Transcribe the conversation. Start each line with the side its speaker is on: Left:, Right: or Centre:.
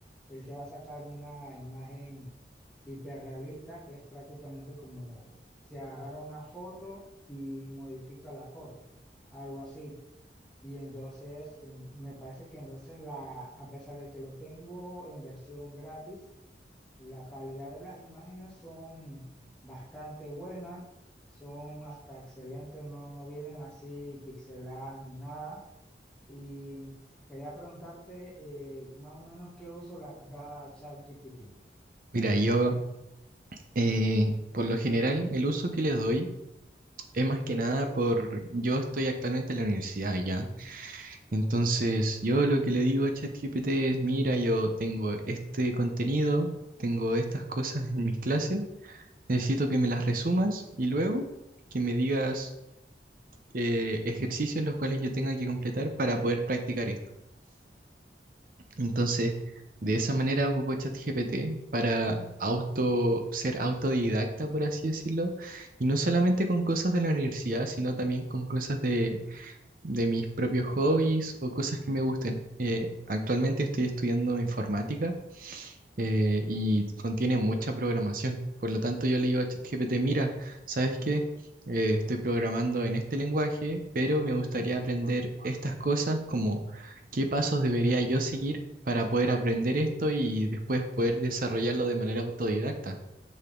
Centre: él te va a sacar una imagen hiperrealista que es prácticamente como si agarrara una foto y modifica la foto, algo así. Y entonces, eh, me parece que entonces la, a pesar de que lo tengo en versión gratis, la calidad de las imágenes son bastante buenas, son hasta excelentes, no, no vienen así pixeladas ni nada. Y quería preguntarte eh, más o menos qué uso las da ChatGPT.
Right: Mira, yo eh, por lo general el uso que les doy es más que nada por yo estoy actualmente en la universidad ya. Entonces yo lo que le digo a ChatGPT es, mira, yo tengo este contenido, tengo estas cosas en mis clases, necesito que me las resumas y luego que me digas eh, ejercicios los cuales yo tenga que completar para poder practicar esto. Entonces, de esa manera ocupo ChatGPT para auto, ser autodidacta, por así decirlo, y no solamente con cosas de la universidad, sino también con cosas de, de mis propios hobbies o cosas que me gusten. Eh, actualmente estoy estudiando informática eh, y contiene mucha programación. Por lo tanto, yo le digo a ChatGPT, mira, ¿sabes qué? Eh, estoy programando en este lenguaje, pero me gustaría aprender estas cosas, como qué pasos debería yo seguir para poder aprender esto y después poder desarrollarlo de manera autodidacta.